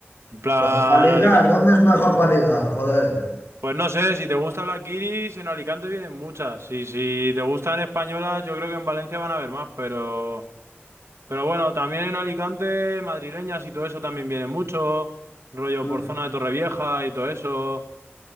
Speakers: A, on the right; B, on the left.
A: en plan,
B: para ligar,
A: Alicante,
B: ¿dónde es mejor para ligar? Joder. <laughs>
A: pues no sé, si te gustan las guiris, en Alicante vienen muchas, y si te gustan españolas, yo creo que en Valencia van a haber más, pero, pero bueno, también en Alicante, madrileñas y todo eso también vienen mucho, rollo
B: Mm.
A: por zona de Torrevieja y todo eso.